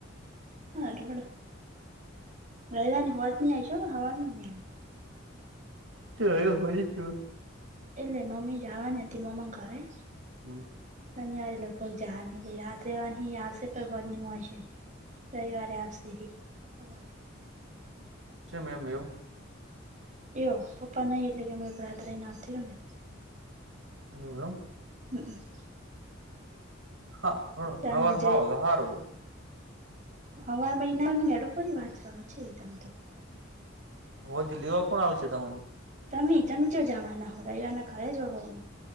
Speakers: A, on the right; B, on the right.
A: હા રોડ, રહેવાની હોજ નહી આવે છે હવારમાં નહી આવે.
B: તો રહ્યો હોયું તો.
A: એટલે મમ્મી જાવાની હતી મામા ઘરે.
B: હમ્મ.
A: શનિવારે લગભગ જાવાની રાત રહેવાની આવશે પણ હોદ ની મળશે રવિવાર લે આપસી હવારે.
B: છે મેમ એવુ.
A: એવુ પપ્પા નહી એટલે કે મેં રાત રઈને આવતી રહો ને.
B: એવું એમ.
A: હમ્મ હમ્મ.
B: હા હ
A: ચાની
B: હવારમાં આવો તો હારુ.
A: હવા મહિના મેેડપરી વાત કરો છે તમે તો.
B: હોજ લેવા કોણ આવશે તમને.
A: તમે તમે જો ચિયો જવાના હો રવિવારના ઘરે જ રહો અમે